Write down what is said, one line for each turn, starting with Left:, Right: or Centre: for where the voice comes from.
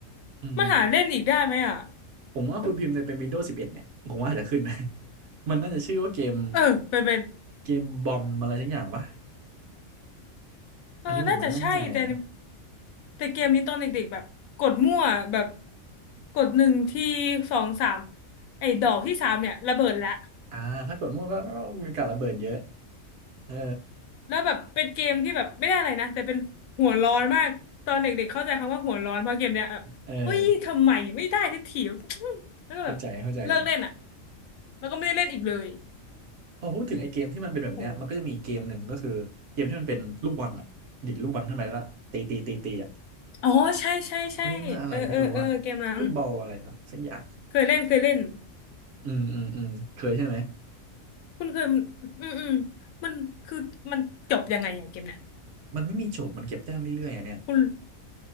Right: อืม
Left: มันหาเล่นอีกได้ไหมอ่ะ
Right: ๆผมว่าคุณพิมพ์ในเป็น Windows 11เอ็ดเนี่ยผมว่าอาจจะขึ้นนะ <laughs> มันน่าจะชื่อว่าเกม
Left: เออเป็นเป็น
Right: เกมบอมอะไรสักอย่างปะ
Left: เออน่าจะใช่แต่
Right: อันนี้ผมไม่มั่นใจนะ
Left: แต่เกมนี้ตอนเด็กๆแบบกดมั่วแบบ กดหนึ่งทีสองสามไอ้ดอกที่สามเนี่ยระเบิดละ
Right: อ่าถ้ากดมั่วก็ก็มีการระเบิดเยอะเออ
Left: แล้วแบบเป็นเกมที่แบบไม่ได้อะไรนะแต่เป็นหัวร้อนมากตอนเด็กๆเข้าใจคำว่าหัวร้อนเพราะเกมเนี้ยแบบเฮ้ยทำไมไม่ได้สักทีวะ
Right: เออ
Left: <sniffs> <tsk> แล้วก็แบบเลิกเล่นอ่ะ
Right: เข้าใจเข้าใจเลย
Left: แล้วก็ไม่ได้เล่นอีกเลย
Right: พอพูดถึงไอ้เกมที่มันเป็นแบบเนี้ยมันก็จะมีเกมหนึ่งก็คือเกมที่มันเป็นลูกบอลอ่ะดิดลูกบอลขึ้นไปแล้วก็ตีตีตีตีอ่ะ
Left: โหอ๋อใช่ใช่ใช่เออเออเออเกมนั้น
Right: เขาเรียกว่าอะไรไม่รู้อ่ะพิกเกิลบอลอะไรหรอสักอย่าง
Left: เคยเล่นเคยเล่น
Right: อืมอืมอืมเคยใช่ไหม
Left: คุณเคยอืมอืมมันคือมันจบยังไงอย่างเกมเนี่ย
Right: มันไม่มีจบมันเก็บแต้มเรื่อยๆอ่ะเนี่ย
Left: คุณ